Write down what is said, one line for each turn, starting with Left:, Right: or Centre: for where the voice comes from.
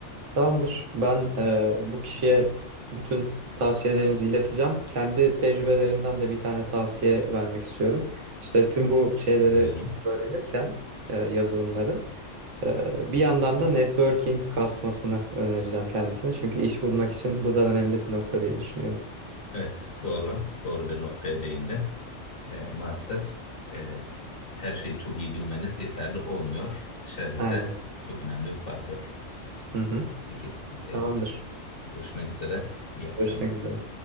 Right: Tamamdır. Ben e, bu kişiye bütün tavsiyelerinizi ileteceğim. Kendi tecrübelerimden de bir tane tavsiye vermek istiyorum. İşte tüm bu şeyleri
Left: Biliyorum.
Right: öğrenirken e, yazılımları e, bir yandan da networking kasmasını önereceğim kendisine. Çünkü iş bulmak için bu da önemli bir nokta diye düşünüyorum.
Left: Evet, doğru. Doğru bir noktaya değindin. E, maalesef e, her şeyi çok iyi bilmeniz yeterli olmuyor. Çevrede
Right: Aynen.
Left: çok önemli bir faktör.
Right: Hı hı.
Left: Peki, e,
Right: Tamamdır.
Left: görüşmek üzere. İyi akşamlar.
Right: Görüşmek üzere.